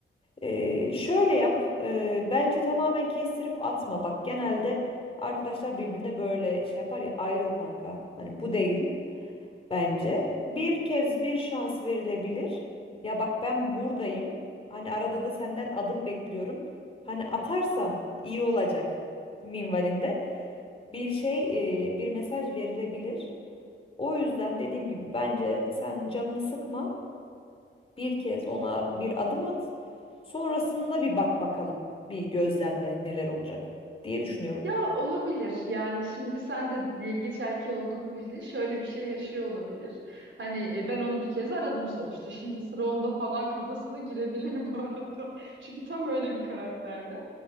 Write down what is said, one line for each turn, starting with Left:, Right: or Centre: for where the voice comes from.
Left: Ee, şöyle yap. e, bence tamamen kestirip atma. Bak genelde arkadaşlar birbirine böyle şey yapar ya ayrıl kanka. Hani bu değil bence. Bir kez bir şans verilebilir. Ya bak ben buradayım. Hani arada da senden adım bekliyorum. Hani atarsan iyi olacak minvalinde. Bir şey, e, bir mesaj verilebilir. O yüzden dediğim gibi bence sen canını sıkma. Bir kez ona bir adım at. Sonrasında bir bak bakalım. Bir gözlemle neler olacak diye düşünüyorum.
Right: Ya olabilir. Yani şimdi sen de yengeç erkeği olduğunu bildin. Şöyle bir şey yaşıyor olabilir. Hani e, ben onu bir kez aradım sonuçta. Şimdi sıra onda falan kafasına girebilir bu arada. <laughs> Çünkü tam öyle bir karakterdi.